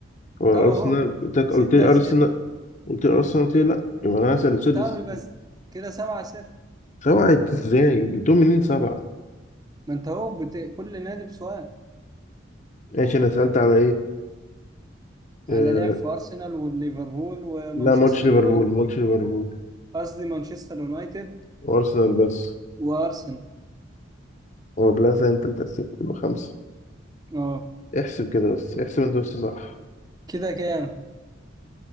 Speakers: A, on the left (about 35°); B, on the right (about 20°).
A: أرسنال
B: طب أهو
A: قلت لك
B: ست
A: قلت لي
B: أسئلة
A: أرسنال قلت لي أرسنال قلت لي لأ يبقى أنا هسأل السادس
B: طب بس كده سبع أسئلة
A: سبعة ازاي جبتهم منين سبعة
B: ما أنت أهو بت... كل نادي بسؤال
A: ماشي أنا سألت على إيه آه،
B: على لعب في أرسنال وليفربول ومانشستر
A: لا ما قلتش ليفربول
B: يونايتد
A: ما قلتش ليفربول
B: قصدي مانشستر يونايتد
A: وارسنال بس
B: وأرسنال
A: هو بلازا انت متأسف يبقى خمسة
B: أه
A: احسب كده بس احسب انت بس صح
B: كده كام؟